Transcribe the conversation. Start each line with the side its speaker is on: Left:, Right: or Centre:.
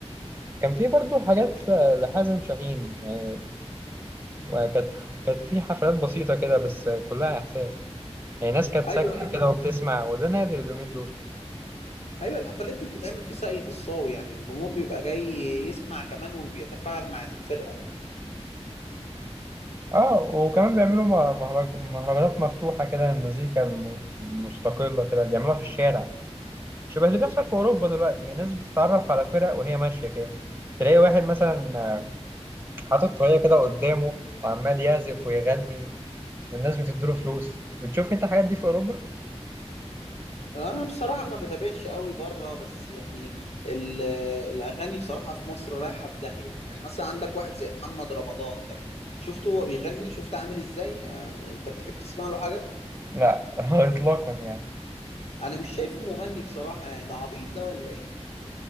Right: كان في برضو حاجات ل- لحازم شاهين يعني وكانت كانت في حفلات بسيطة كده بس كلها إحساس يعني ناس كانت
Left: ايوه
Right: ساكتة
Left: ايوه
Right: كده وبتسمع وده نادر اليومين دول
Left: ايوه الحفلات دي بتتعمل في ساقية الصاوي يعني الجمهور بيبقى جاي يسمع كمان وبيتفاعل مع الفرقة
Right: اه وكمان بيعملوا م- مهرج... مهرجانات مفتوحة كده المزيكا الم... المستقلة كده بيعملوها في الشارع شبه اللي بيحصل في أوروبا دلوقتي يعني الناس بتتعرف على فرق وهي ماشية كده تلاقي واحد مثلا حاطط طريقة كده قدامه وعمال يعزف ويغني والناس بتديله فلوس بتشوف انت الحاجات دي في أوروبا؟
Left: انا بصراحه ما بتابعش قوي بره بس يعني ال- الاغاني بصراحه في مصر رايحه في داهيه يعني مثلا عندك واحد زي محمد رمضان ده شفته هو بيغني شفت عامل ازاي آه، انت بتحب تسمع له حاجه
Right: لا <laughs> إطلاقا يعني
Left: انا مش شايفه مغني بصراحه يعني ده عبيط ده ولا ايه